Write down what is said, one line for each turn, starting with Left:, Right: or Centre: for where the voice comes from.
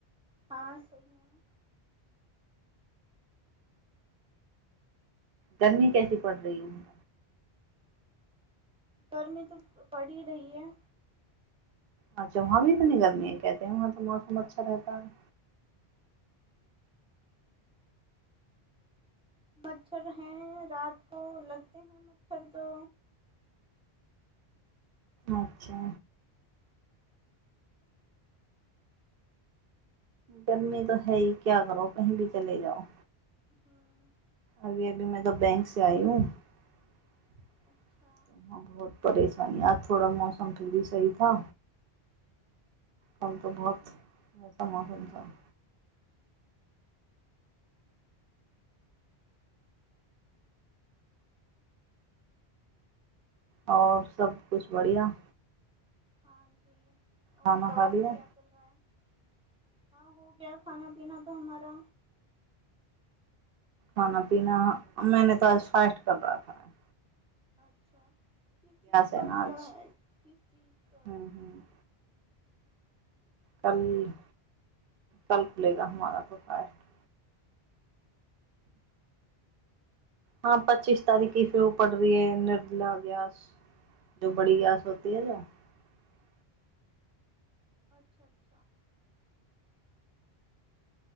Centre: हाँ सही है।
Right: गर्मी कैसी पड़ रही है।
Centre: गर्मी तो पड़ ही रही है।
Right: अच्छा वहाँ भी इतनी गर्मी है क्या। वहाँ तऽ मौसम
Centre: हाँ
Right: अच्छा रहता है।
Centre: मच्छर हैं रात को लगते है मच्छर तो
Right: अच्छा गर्मी तो है ही क्या करो कही भी चले जाओ।
Centre: हुं <inaudible>
Right: अभी अभी मे तो बैंक से आई हूँ त
Centre: अच्छा
Right: हा बहुत परेश <unintelligible> यहाँ थोड़ा मौसम फिर भी सही था। कल तो बहुत सम त <unintelligible> और सब कुछ बढ़िया।
Centre: हां जी <unintelligible> और
Right: खाना
Centre: बताओ
Right: खा लिया
Centre: अब क्या चल रहा है <unintelligible> हां हो गया खाना- पीना तो हमारा।
Right: खाना पीना मैंने तो आज फास्ट कर रखा था।
Centre: अच्छा <unintelligible> किस चीज
Right: है
Centre: का
Right: ना
Centre: किया
Right: आज
Centre: है किस चीज का <unintelligible>
Right: हम्म हम्म कल- कल खुलेगा हमारा तो फास्ट। हां पच्चीस तारीखके फेर ओ पड़ रही ह निर्मला ग्यस जो बड़ी ग्यस होती है जो <unintelligible>
Centre: अच्छा अच्छा <unintelligible>